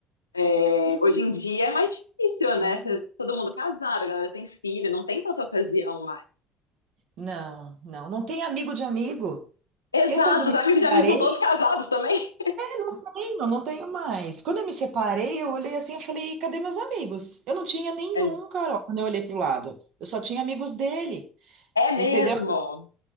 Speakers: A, on the left (about 80°); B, on the right (about 55°).
A: É,
B: E,
A: hoje em dia é mais difícil, né?
B: né?
A: Cê- todo mundo casado, a galera tem filho, não tem tanta ocasião mais.
B: Não, não, não tem amigo de amigo.
A: Exato,
B: Eu, quando me
A: os amigos
B: separei,
A: de amigos são todos casados também.
B: Não tenho, não tenho mais. Quando eu me separei, eu olhei assim, eu falei, cadê meus amigos? Eu não tinha nenhum,
A: É,
B: Carol, quando eu olhei pro lado. Eu só tinha amigos dele,
A: É mesmo,
B: entendeu?